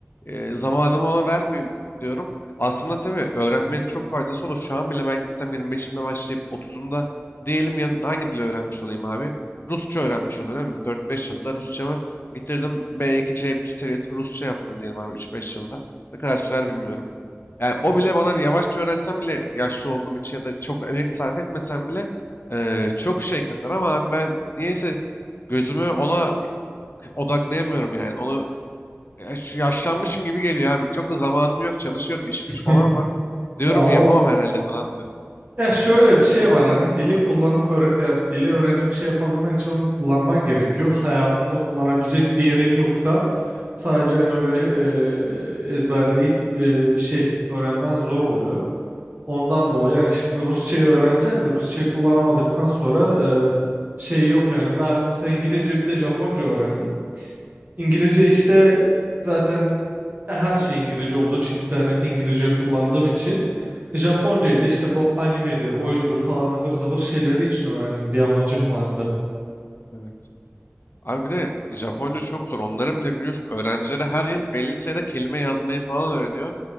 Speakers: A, on the left; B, on the right.
A: Ee, zamanımı ona vermeyeyim diyorum. Aslında tabii öğrenmenin çok faydası olur. Şu an bile ben gitsem 25'imde başlayıp 30'umda diyelim yan hangi dili öğrenmiş olayım abi? Rusça öğrenmiş oluyor değil mi? 4-5 yılda Rusçamı bitirdim. B2 C1 seviyesi bir Rusça yaptım diyelim abi üç beş yılda. Ne kadar sürer bilmiyorum. Yani o bile bana yavaşça öğrensem bile yaşlı olduğum için ya da çok emek sarf etmesem bile eee, çok şey katar ama abi ben niyeyse gözümü ona odaklayamıyorum yani. Onu yaş- yaşlanmışım gibi geliyor abi. Çok da zamanım yok çalışıyorum iş güç
B: <laughs>
A: falan var. Diyorum
B: Ya o
A: yapamam herhalde falan diyorum.
B: Ya şöyle bir şey var hani dili kullanıp öğre- ya dili öğrenip bir şey yapabilmen için onu kullanman gerekiyor. Hayatında kullanabilecek bir yerin yoksa sadece hani öyle e, ezberleyip e, bir şey öğrenmen zor oluyor. Ondan dolayı yani şimdi Rusçayı öğreneceksin de Rusçayı kullanamadıktan sonra e, şey yok yani ben mesela İngilizce bir de Japonca öğrendim. İngilizce işte zaten E, her şey İngilizce olduğu için interneti İngilizce kullandığım için e, Japoncayı da işte bu animedir, oyundur falan ıvır zıvır şeyleri için öğrendim. Bir amacım vardı.
A: Evet. Abi bir de Japonca çok zor. Onların bile biliyorsun öğrencileri her yıl belli sayıda kelime yazmayı falan öğreniyor.